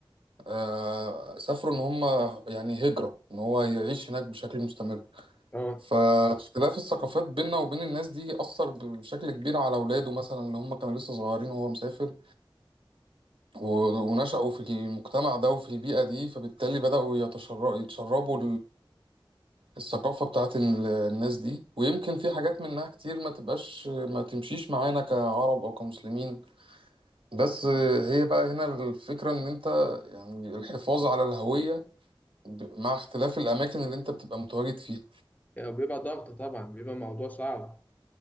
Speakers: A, on the right (about 75°); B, on the left (about 15°).
A: آه سافروا إن هم يعني هجرة إن هو يعيش هناك بشكل مستمر
B: اه
A: فاختلاف الثقافات بيننا وبين الناس دي أثر بشكل كبير على أولاده مثلا اللي هم كانوا لسه صغيرين وهو مسافر و- ونشأوا في المجتمع ده وفي البيئة دي فبالتالي بدأوا يتشر- يتشربوا الثقافة بتاعت ال- الناس دي ويمكن في حاجات منها كتير ما تبقاش ما تمشيش معانا كعرب أو كمسلمين بس هي بقى هنا الفكرة إن أنت يعني الحفاظ على الهوية ب- مع اختلاف الأماكن اللي أنت بتبقى متواجد فيها
B: آه، بيبقى ضغط طبعا بيبقى موضوع صعب